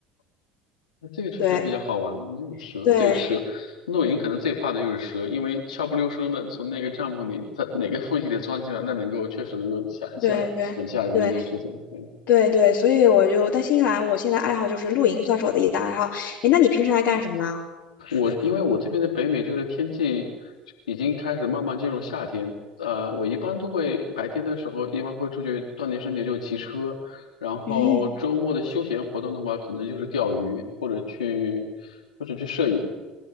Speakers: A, on the left; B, on the left.
A: 那这个确实比较好玩，
B: 对
A: 没有蛇。
B: 对
A: 对，蛇，露营可能最怕的就是蛇，因为悄不溜声的从那个帐篷里，它哪个缝隙里钻进来，那能够确实能够吓一吓很吓人的一件事情。
B: 对对对，
A: 对
B: 对对，所以我就在新西兰，我现在爱好就是露营，算是我的一大爱好。诶，那你平时爱干什么呢？
A: 我因为我这边的北美就是天气已经开始慢慢进入夏天，呃，我一般都会白天的时候一般会出去锻炼身体，就骑车，然后周末的休闲活动的话，
B: 嗯，
A: 可能就是钓鱼或者去或者去摄影。